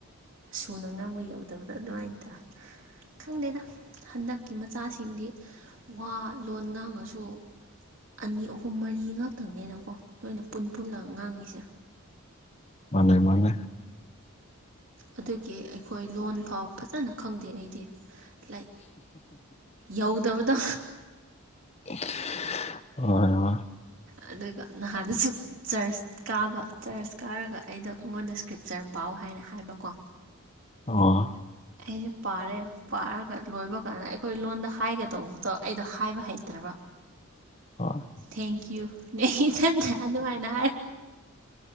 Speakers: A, on the right; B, on the left.
A: ꯁꯨꯅ ꯉꯥꯡꯕ ꯌꯧꯗꯕꯗ ꯑꯗꯨꯃꯥꯏꯅ ꯇꯧꯦ ꯈꯪꯗꯦꯗ ꯍꯟꯗꯛꯀꯤ ꯃꯆꯥꯁꯤꯡꯗꯤ ꯋꯥ ꯂꯣꯟ ꯉꯥꯡꯉꯁꯨ ꯑꯅꯤ ꯑꯍꯨꯝ ꯃꯔꯤ ꯉꯥꯛꯇꯪꯅꯦꯅꯀꯣ ꯂꯣꯏꯅ ꯄꯨꯟ ꯄꯨꯜꯂꯒ ꯉꯥꯡꯉꯤꯁꯦ
B: ꯃꯥꯅꯦ ꯃꯥꯅꯦ
A: ꯑꯗꯨꯒꯤ ꯑꯩꯈꯣꯏ ꯂꯣꯟ ꯐꯥꯎ ꯐꯖꯅ ꯈꯪꯗꯦ ꯑꯩꯗꯤ ꯂꯥꯏꯛ ꯌꯧꯗꯕꯗꯣ
B: ꯍ ꯍ
A: ꯑꯗꯨ ꯅꯅꯁꯨ ꯆꯔꯁ ꯀꯥꯕ ꯆꯔꯁ ꯀꯥꯔꯒ ꯑꯩꯗꯣ ꯑꯩꯉꯣꯟꯗ ꯏꯁꯀ꯭ꯔꯤꯞꯆꯔ ꯄꯥꯎ ꯍꯥꯏꯅ ꯍꯥꯏꯕꯀꯣ꯫
B: ꯑꯣ꯫
A: ꯑꯩꯁꯦ ꯄꯥꯔꯦ ꯄꯥꯔꯒ ꯂꯣꯏꯕ ꯀꯥꯟꯗ ꯑꯩꯈꯣꯏ ꯂꯣꯟꯗ ꯍꯥꯏꯒꯗꯧꯕꯗꯣ ꯑꯩꯗꯣ ꯍꯥꯏꯕ ꯍꯩꯇ꯭ꯔꯕ
B: ꯑꯣ
A: ꯊꯦꯡꯀ ꯌꯨ ꯅ ꯊ ꯑꯗꯨꯃꯥꯏꯅ